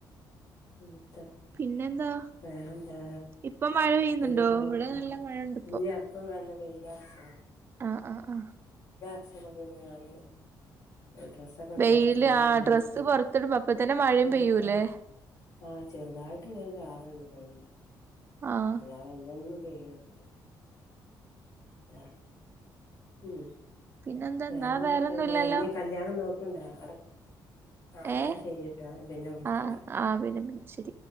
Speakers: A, on the left; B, on the right.
A: ഉ
B: പിന്നെന്താ
A: വേറെന്താ
B: ഇപ്പൊ മഴ പെയ്യുന്നുണ്ടോ
A: പിന്നെന്താ
B: ഇവിടെ നല്ല മഴണ്ട്
A: ഇല്ല അപ്പ നല്ല വെ യിലർച്ച്ണ്
B: ആ ആ ആ
A: <unintelligible> പിന്നെ ഞാന് ഡ്രസ്സൊക്കെണ്ട്
B: വെയില്
A: പൊറത്ത്ന്ന്
B: ആ ഡ്രസ്സ്
A: എടുത്ത്
B: പൊറത്തെടുമ്പ അപ്പ തന്നെ മഴയും
A: ആഹ്
B: പെയ്യൂല്ലേ
A: ആഹ് ചെറുതായിട്ട് ഇങ്ങനെചാറ്ണ്ട് തോന്നണു
B: ആഹ്
A: അല്ലാതെ വല്യൊന്നും പെയ്യണുണ്ട് ആ ഉം
B: പിന്നെന്താ
A: വേറെന്തൊക്കെയുണ്ട്
B: ന്നാ വേറൊന്നുംല്ലല്ലോ
A: ഇനി കല്യാണം നോക്കുണ്ടോ അട ആ
B: ഏഹ്
A: ന്നാ ശരിട്ടാ ഞാൻ പിന്നെ വിളിക്കണ്ട്
B: ആഹ് ആഹ് പിന്നെ പിന്നെ ശരി